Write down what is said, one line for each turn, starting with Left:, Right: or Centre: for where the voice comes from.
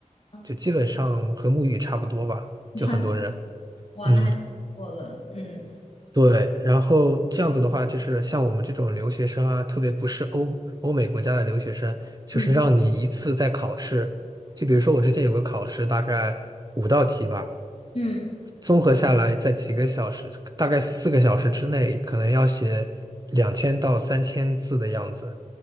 Left: 啊
Right: 就基本上和母语差不多吧，就很多人，
Left: 哇塞，哇，
Right: 嗯，
Left: 那还挺不错的，嗯
Right: 对，然后这样子的话，就是像我们这种留学生啊，特别不是欧欧美国家的留学生，就是让你一次在考试，
Left: 嗯
Right: 就比如说我之前有个考试，大概五道题吧，
Left: 嗯
Right: 综合下来在几个小时，大概四个小时之内，可能要写两千到三千字的样子，